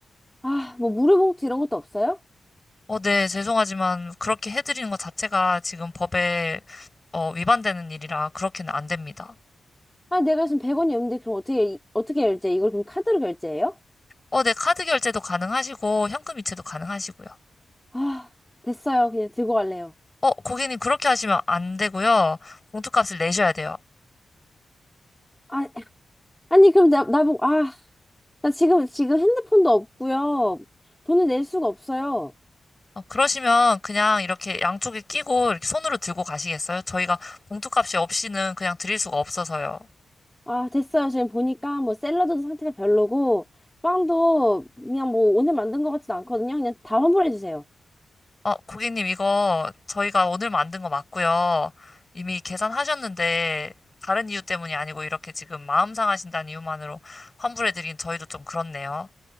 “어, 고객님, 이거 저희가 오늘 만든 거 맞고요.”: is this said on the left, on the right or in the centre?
Left